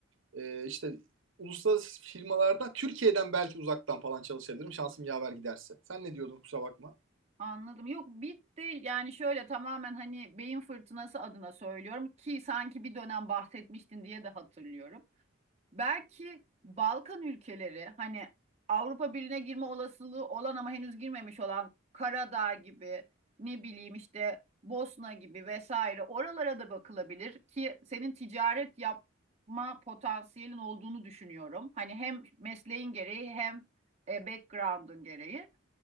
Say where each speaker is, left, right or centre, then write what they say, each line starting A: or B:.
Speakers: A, on the right; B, on the right.
A: ee, işte uluslararası firmalarda Türkiye'den belki uzaktan falan çalışabilirim. Şansım yaver giderse. Sen ne diyordun kusura bakma.
B: Anladım. Yok bit de yani şöyle tamamen hani beyin fırtınası adına söylüyorum ki sanki bir dönem bahsetmiştin diye de hatırlıyorum. Belki Balkan ülkeleri hani Avrupa Birliği'ne girme olasılığı olan ama henüz girmemiş olan Karadağ gibi ne bileyim işte Bosna gibi vesaire oralara da bakılabilir ki senin ticaret yapma potansiyelin olduğunu düşünüyorum. Hani hem mesleğin gereği hem e, background'un gereği.